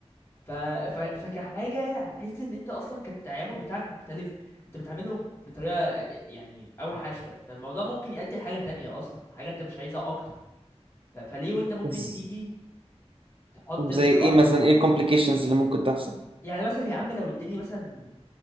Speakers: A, on the left; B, on the right.
A: ف... ف... فكحاجه هتحس ان انت اصلا كان التعامل بتاعك مختلف انت بتعاملهم بطريقه يعني اوحش ف... فالموضوع ممكن يؤدي لحاجه تانية اصلا حاجه انت مش عايزها اكتر ف... فليه وانت ممكن
B: بز-
A: تيجي تحط
B: زي
A: النقط
B: ايه مثلا
A: حروف
B: ايه الكومبليكيشنز اللي ممكن تحصل
A: يعني مثلا يا عم لو الدنيا مثلا